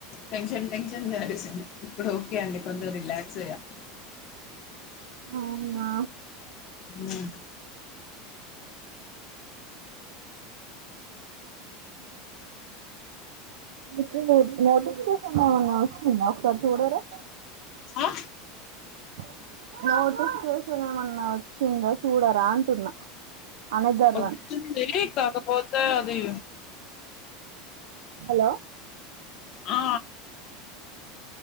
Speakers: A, on the left (about 45°); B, on the right (about 85°).
A: టెన్షన్ టెన్షన్ గడిసిం ఇప్పుడు ఓకే అండి కొంచెం రిలాక్స్ అయ్యా
B: అవునా
A: మ్మ్.
B: మీకు నోట్ నోటిఫికేషన్ ఏమన్నా వచ్చిందా ఒకసారి చూడరా
A: ఆ
B: <inaudible> నోటిఫికేషన్ ఏమన్నా వో సింద చూడరా అంటున్నా అనదర్
A: వచ్చింది
B: వన్
A: కాకపోతే దెయ్యం
B: హలో
A: ఆ